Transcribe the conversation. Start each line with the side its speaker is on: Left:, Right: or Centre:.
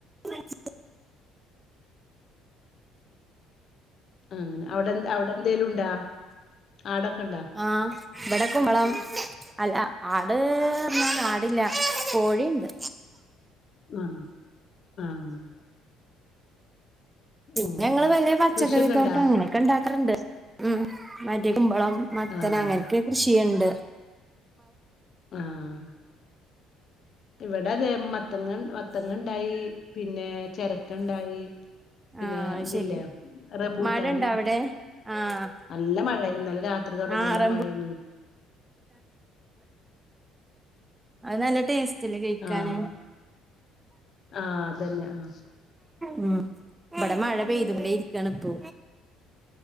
Right: ആ
Left: ആ അങ്ങനെ അവടെ എ അവടെ എന്തേലും ഉണ്ടാ ആടൊക്കെ ഇണ്ടാ
Right: ആഹ് ഇവടെ കുമ്പളം അല്ല ആട് <unintelligible> ആടില്ല കോഴിയിണ്ട്
Left: മ് മ്
Right: പിന്നെ
Left: ഉം
Right: ഞങ്ങള് വലിയ പച്ചക്കറി
Left: കൃഷിയൊക്കെ
Right: തോട്ടം
Left: ഇണ്ടാ
Right: അങ്ങനെയൊക്കെ ഒണ്ടാക്കാറൊണ്ട് ഉം മറ്റേ കുമ്പളം മത്തൻ
Left: ആഹ്
Right: അങ്ങൻക്കെ കൃഷി ചെയ്യണ്ട്
Left: ആഹ് ഇവടെ അതെ മത്തങ്ങ മത്തങ്ങ ഇണ്ടായി പിന്നെ ചെരക്കണ്ടായി പിന്നെ
Right: ആഹ്
Left: ഇതില്ലേ
Right: ശരി
Left: റെബൂട്ടാന്
Right: മഴ ഇണ്ടോ അവിടെ ആഹ്
Left: നല്ല മഴ ഇന്നലെ രാത്രി തെടങ്ങിയല്ലാം
Right: ആഹ് റംബൂ
Left: മഴയാണ്
Right: അത് നല്ല ടേസ്റ്റ് ഇല്ലേ കയിക്കാന്
Left: ആഹ് ആഹ് അതന്നെ ആഹ്
Right: ഉം ഇവടെ മഴ പെയ്തു കൊണ്ടെ ഇരിക്കാണ് ഇപ്പോ